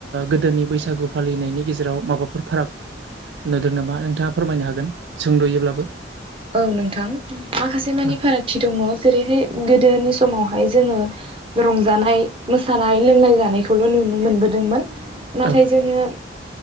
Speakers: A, on the right; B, on the right.
A: गोदोनि बैसागु फालिनायनि गेजेराव माबाफोर फाराग नुदों नामा नोंथाङा फोरमायनो हागोन सुंद'योब्लाबो।
B: औ नोंथां माखासे मानि
A: औ
B: फारागथि दङ जेरैहाय गोदोनि सम समावहाय जोङो रंजानाय मोसानाय लोंनाय जानायखौल' नुनो मोनबोदोंमोन। नाथाय
A: औ
B: जोङो।